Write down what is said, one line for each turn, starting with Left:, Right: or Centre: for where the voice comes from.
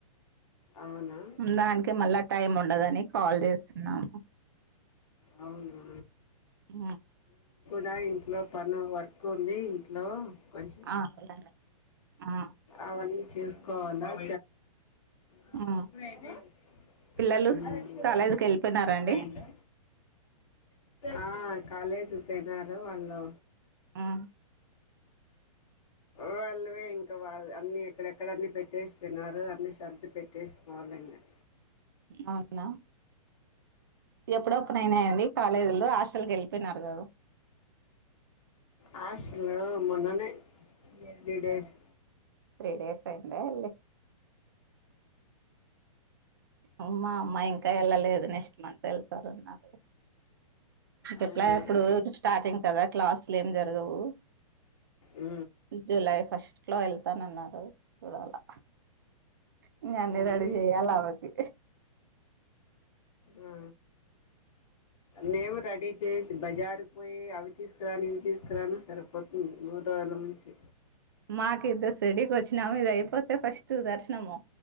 Left: అవునా
Right: దానికి మళ్ళా టైం ఉండదని కాల్ చేస్తున్నాము
Left: అవును
Right: ఉ
Left: దా ఇంట్లో పని వర్క్ ఉంది ఇంట్లో కొంచం
Right: ఆ వెళ్ళండి ఆ
Left: అవన్నీ చూసుకోవాలా <unintelligible> అవప్పుడే
Right: ఆ
Left: అయిపోయినయి
Right: పిల్లలు
Left: ఉ
Right: కాలేజీకి వెళ్ళిపోయినారండి
Left: ఫస్ట్ అయిందా ఆ కాలేజీ పోయినారు వాళ్ళు
Right: ఆ
Left: వాళ్ళువే ఇంకా వాళ్ళు అన్ని ఎక్కడెక్కడన్ని పెట్టేసిపోయినారు అన్ని సర్ది పెట్టేసి <unintelligible>
Right: అవునా ఎప్పుడో ఓపెన్ అయినాయండి కాలేజీలు హాస్టల్కి వెళ్ళిపోయినారు కదా
Left: హాస్టలు మొన్ననే త్రీ డేస్
Right: త్రీ డేస్ అయిందా వెళ్ళి ఉ మా అమ్మాయి ఇంకా వెళ్ళలేదు నెక్స్ట్ మంత్ వెళ్తారు అన్నారు
Left: అవునా
Right: ఎట్లాగో ఇప్పుడు స్టార్టింగ్ కదా క్లాసులు ఏం జరగవు
Left: ఉ
Right: జూలై ఫస్ట్ లో వెళ్తానన్నారు చూడాలా ఇంగ అన్ని
Left: పోనీ
Right: రెడీ చేయాలా ఆమెకి
Left: ఆ మేము రెడీ చేసి బజారుకి పోయి అవి తీసుకురాను ఇవి తీసుకురాను సరిపోతుంది మూడు రోజుల నుంచి
Right: మాకు ఇద్దరు సడీకి వచ్చినాము ఇది అయిపోతే ఫస్ట్ దర్శనము